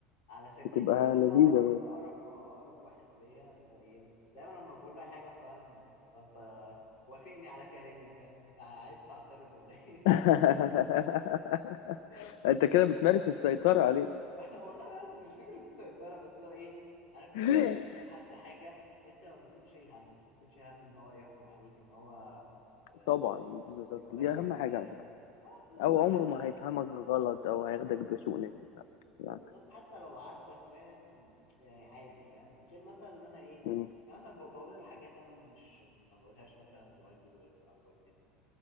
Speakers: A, on the left; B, on the left.
A: علشان
B: بتبقى
A: كده فاهم هو
B: لذيذة
A: اقرب اقرب اه اقرب واحد ليا اللي هو ايه دايما لما بقول له اي حاجه فاهم لو انت وافقني على كلامي فاهم انت عايز تعترض ولا ايه
B: <laughs>
A: <laughs> بس
B: انت
A: و...
B: كده بتمارس السيطرة عليه
A: <laughs> والله بس مش فكرة السيطرة بس لو ايه عرفت
B: <laughs>
A: لما تيجي تحكي لحد حاجة انت ما بيكونش شايل هم ما بيكونش شايل هم ان هو يحكم عليك ان هو آه،
B: طبعا
A: ي-
B: بالظبط
A: يقول لك
B: دي
A: حاجة
B: اهم
A: تضايقك
B: حاجة على فكرة
A: اه بالظبط
B: او عمره
A: يعني مثلا
B: ما هيفهمك غلط او هياخدك بسوء نية لا
A: بالظبط
B: بالعكس
A: حتى لو عاتبك فاهم يعني عادي فاهم غير مثلا ان انا ايه
B: مم.
A: يعني مثلا ب- بقول له حاجات انا مش ما بقولهاش مثلا لوالدي لوال- او والدتي